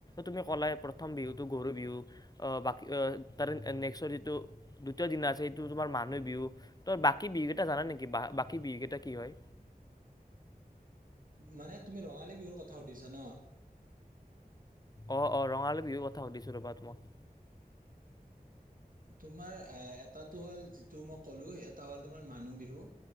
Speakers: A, on the left; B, on the right.
A: তুমি ক'লাই প্ৰথম বিহুতটো গৰু বিহু অ বাকী আহ তাৰে নেক্সৰ যিটো দ্বিতীয় দনা আছে সটো তোমাৰ মানুহ বিহু ত' বাকী বিহুকেইটা জানা নেকি বাকী বিহু কেইটা কি হয়।
B: মানে তুমি ৰঙালী বিহুৰ কথা সুধিছা ন।
A: অঁ-অঁৰঙালী বিহুৰ কথা সুধিছোঁ ৰ'বা তোমাক।
B: তোমাৰ আ এটাটো হ'ল যিটো মই ক'লোঁ এটা হ'ল তোমাৰ মানুহ বিহু